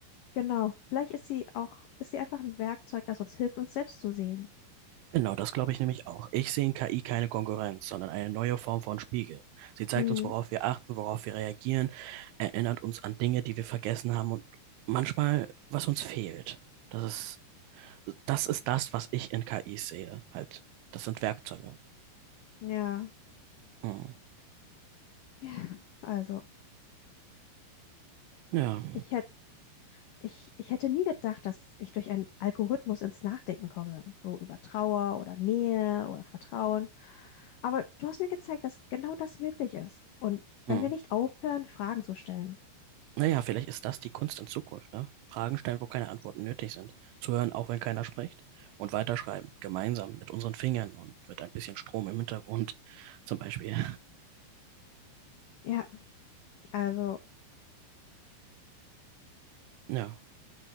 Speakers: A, on the left; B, on the right.
A: genau, vielleicht ist sie auch, ist sie einfach ein Werkzeug, das uns hilft, uns selbst zu sehen.
B: Genau, das glaube ich nämlich auch. Ich sehe in KI keine Konkurrenz, sondern eine neue Form von Spiegel. Sie zeigt
A: Mhm,
B: uns, worauf wir achten, worauf wir reagieren, erinnert uns an Dinge, die wir vergessen haben und manchmal, was uns fehlt. Das ist, das ist das, was ich in KI sehe. Halt, das sind Werkzeuge.
A: ja.
B: Hm.
A: Ja, also,
B: Ja.
A: ich Ich, ich hätte nie gedacht, dass ich durch einen Algorithmus ins Nachdenken komme, so über Trauer oder Nähe oder Vertrauen. Aber du hast mir gezeigt, dass genau das möglich ist. Und wenn
B: Hm.
A: wir nicht aufhören, Fragen zu stellen.
B: Naja, vielleicht ist das die Kunst in Zukunft, ne? Fragen stellen, wo keine Antworten nötig sind. Zuhören, auch wenn keiner spricht. Und weiterschreiben, gemeinsam, mit unseren Fingern und mit ein bisschen Strom im Hintergrund zum Beispiel.
A: Ja, also,
B: Ja.